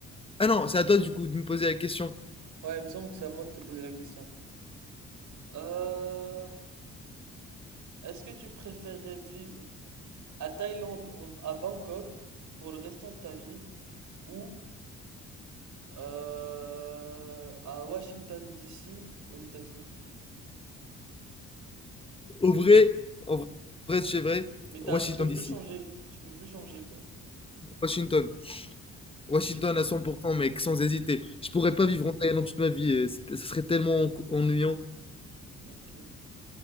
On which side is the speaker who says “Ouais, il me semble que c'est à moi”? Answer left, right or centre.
Right